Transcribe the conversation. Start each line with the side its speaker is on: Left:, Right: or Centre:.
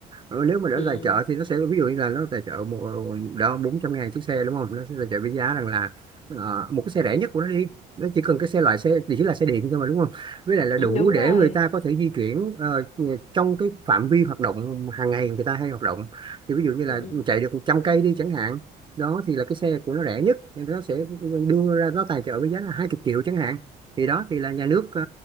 Right: Ờ, nếu mà để
Left: ừ.
Right: tài trợ thì nó sẽ ví dụ như là nó tài trợ một đó 400 ngàn chiếc xe đúng không nó sẽ tài trợ với giá rằng là ờ, một cái xe rẻ nhất của nó đi nó chỉ cần cái xe loại xe thì chỉ là xe điện thôi mà đúng không với lại là
Left: Ừ,
Right: đủ
Left: đúng
Right: để
Left: rồi
Right: người ta có thể di chuyển ờ, trong cái phạm vi hoạt động hàng ngày người ta hay hoạt động thì ví dụ như là
Left: ừ.
Right: chạy được 100 cây đi chẳng hạn đó thì là cái xe của nó rẻ nhất thì nó sẽ đưa ra nó tài trợ với giá là 20 triệu chẳng hạn thì đó thì là nhà nước ờ,